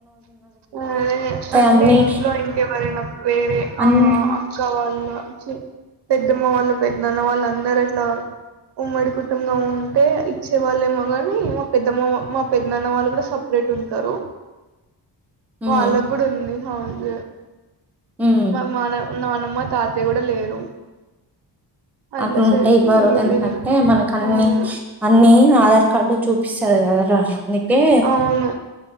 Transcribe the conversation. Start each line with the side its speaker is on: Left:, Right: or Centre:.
Right: ఆ అరే అంటే
Centre: అన్ని
Right: ఇంట్లో ఇంకెవరైనా వేరే
Centre: అన్
Right: ఆ. అక్క వాళ్లు చి, పెద్దమ్మ వాళ్ళు పెద్దన్న వాళ్ళ అందరు అట్లా. ఉమ్మడి కుటుంబం ఉంటే ఇచ్చే. వాళ్ళేమో కాగాని మా పెద్దమ్మ మా పెద్ద నాన్న వాళ్ళు కూడా సపరేట్. రేట్ ఉంటారు. వాళ్ళకు
Centre: ఉమ్
Right: కూడా ఉంది హౌజ
Centre: ఉమ్
Right: మ మన. నానమ్మ తాతయ్య కూడా లేరు. అట్లసరికి
Centre: అట్లుంటే ఇవ్వరు
Right: ఇయ్యలేదు.
Centre: ఎందుకంటే మనకు అన్ని
Right: అవును.
Centre: అన్ని ఆధార్ కార్డు చూపి. సరే రా అందుకే.
Right: అవును.